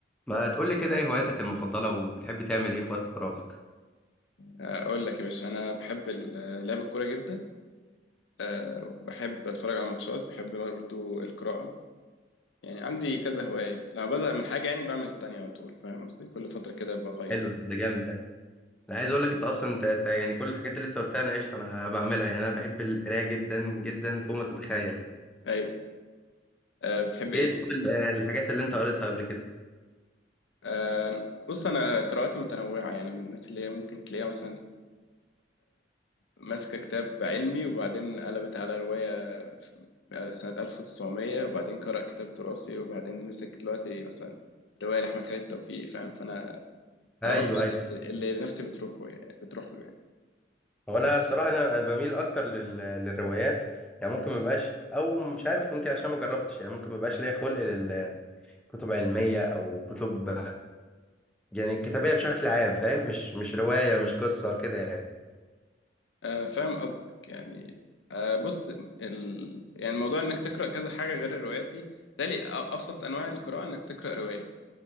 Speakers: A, in the centre; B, on the left.
A: ما تقولي كده ايه هواياتك المفضلة وبتحب تعمل ايه في وقت فراغك
B: اقول لك يا باشا انا بحب ال- لعب الكوره جدا أه، بحب اتفرج على ماتشات بحب برضو القراءه يعني عندي كذا هوايه لما ببدا من حاجه يعني بعمل التانية على طول فاهم قصدي كل فتره كده بغير
A: حلو طب ده جامد ده انا عايز اقول لك انت اصلا انت أنت يعني كل الحاجات اللي انت قلتها انا قشطة انا بعملها يعني انا بحب القراية جدا جدا فوق ما تتخيل
B: ايوه أه بتحب ايه
A: ايه
B: طيب
A: طب ال- الحاجات اللي انت قريتها قبل كده
B: أه بص انا قراءاتي متنوعه يعني من الناس اللي هي ممكن تلاقيها مثلا ماسكه كتاب علمي وبعدين قلبت على روايه في سنه 1900 وبعدين قرأ كتاب تراثي وبعدين مسك دلوقتي مثلا روايه لاحمد خالد توفيق فاهم فانا
A: ايوه
B: انا بكره
A: ايوه
B: اللي اللي نفسي بتروح يعني بتروح له يعني
A: هو انا الصراحة انا أنا بميل اكتر لل... للروايات يعني ممكن ما بقاش او مش عارف يمكن عشان ما جربتش يعني ممكن ما بقاش ليا خلق للكتب علمية او كتب يعني الكتابية بشكل عام فاهم مش مش رواية مش قصة كده يعني
B: آه فاهم قصدك يعني آه بص ال... يعني موضوع انك تقرا كذا حاجه غير الروايات دي بالتالي أ- ابسط انواع القراءه انك تقرا روايه